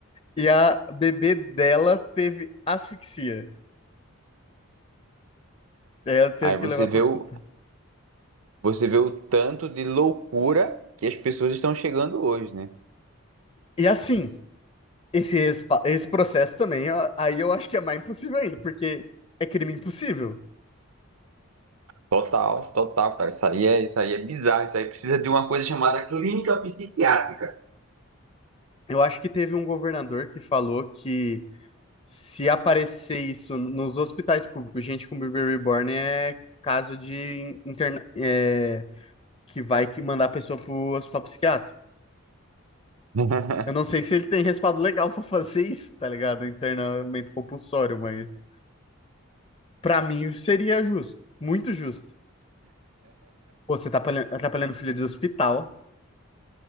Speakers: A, on the left; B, on the right.
A: e a bebê dela teve asfixia. Ela teve
B: Aí você
A: que levar
B: vê
A: para o hospital.
B: o, você vê o tanto de loucura que as pessoas estão chegando hoje, né?
A: E assim, Esse, respa- esse processo também, ó, aí eu acho que é mais impossível ainda, porque é crime impossível.
B: Total, total, cara. Isso aí é, isso aí é bizarro. Isso aí precisa de uma coisa chamada clínica psiquiátrica.
A: Eu acho que teve um governador que falou que se aparecer isso nos hospitais públicos, gente com bebê reborn é caso de interna é, que vai que mandar a pessoa pro hospital psiquiátrico.
B: <laughs>
A: Eu não sei se ele tem respaldo legal pra fazer isso, tá ligado? Internamento compulsório, mas pra mim seria justo, muito justo. Pô, você tá atrapalhando atrapalhando o filho do hospital.